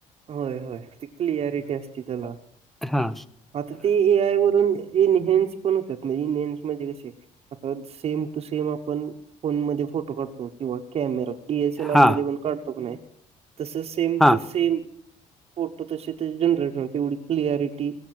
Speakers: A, on the right (about 45°); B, in the centre.
A: होय होय ती क्लियारिटी असते त्याला
B: हा
A: आता ते ए आय वून एन हेन्स पण होतात ना इनहेन्स म्हण कसे आता सेम टू सेम आपण फोनमध्ये फोटो काढतो किंवा कॅमेरात डीएस एल आर
B: हा
A: मध्ये पण काढतो प नाही तस सेम
B: हा
A: टू सेम फोटो तसे ते जनरेट तेवढी क्लिअरिटी